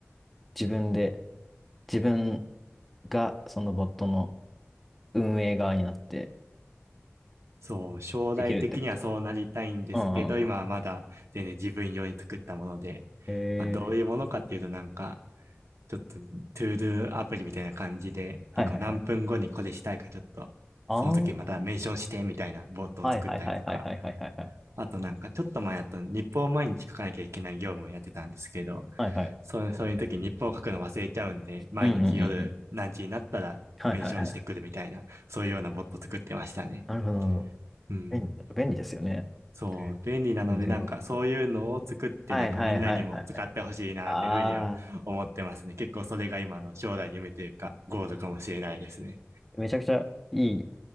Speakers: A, in the centre; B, on the right.
A: 自分で、自分がそのボットの運営側になって
B: そう、将来的にはそうなりたいんですけど、
A: できるってこと。うんうんうん。
B: 今はまだ全然自分用に作ったもので、
A: えー、
B: まあ、どういうものかっていうとなんか、ちょっと、トゥードゥアプリみたいな感じで、
A: はいはいはい。
B: 結構何分後にこれしたいか、ちょっと、
A: ああ、
B: その時またメンションしてみたいなボットを作ったりとか、
A: はいはいはいはいはいはいはいはい。
B: あとなんか、ちょっと前あと日報を毎日書かなきゃいけない業務をやってたんですけど、
A: はいはい。
B: そう、そういう時日報を書くの忘れちゃうんで、毎日夜何時になったらメンションしてくるみたいな、
A: うんうんうんうん。はいはいはい。
B: そういうようなボット作ってましたね。
A: なるほどなるほど。
B: うん。
A: 便利、便利ですよね。
B: そう、
A: で
B: 便利なので、
A: それでボット
B: なんかそういうのを作って、
A: はいはいはいはい。
B: なんかみんなにも使ってほしいな、
A: あ
B: ていうふうには思ってますね。結構それが今の将来の夢というか、ゴールかもしれないですね。
A: あ、めちゃくちゃいい